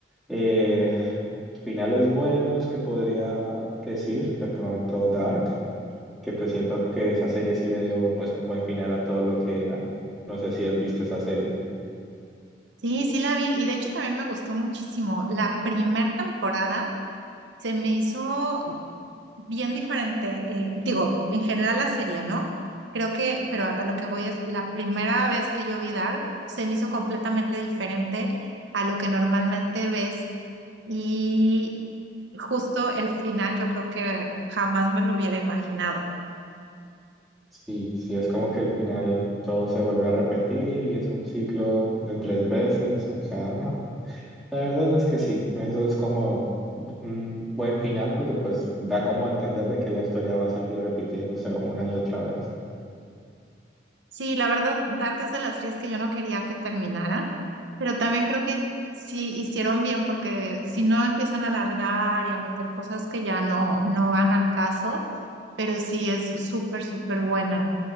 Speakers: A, in the centre; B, on the right.
A: eh, finales buenos que podría decir, de pronto Dark, que pues siento que esa serie sí le dio pues un buen final a todo lo que era. No sé si has visto esa serie.
B: Sí, sí la vi y de hecho también me gustó muchísimo. La primera temporada se me hizo bien diferente, eh, digo, en general la serie, ¿no? Creo que, pero a, a lo que voy es, la primera vez que yo vi Dark, se me hizo completamente diferente a lo que normalmente ves y justo el final yo creo que jamás me lo hubiera imaginado.
A: Sí, sí, es como que el final todo se volvió a repetir y es un ciclo de tres veces. O sea, no, La verdad es que sí, eso es como un buen final porque pues da como a entender de que la historia va a seguir repitiéndose una y otra vez.
B: Sí, la verdad, Dark es de las series que yo no quería que terminaran, pero también creo que sí hicieron bien porque si no empiezan a alargar y a meter cosas que ya no, no van al caso, pero sí es súper, súper buena.